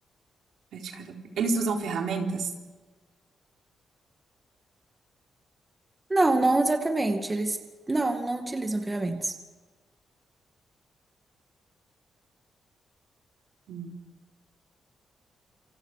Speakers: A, on the right (about 80°); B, on the right (about 20°).
A: praticada por... Eles usam ferramentas?
B: Não, não exatamente. Eles não, não utilizam ferramentas.
A: Hum.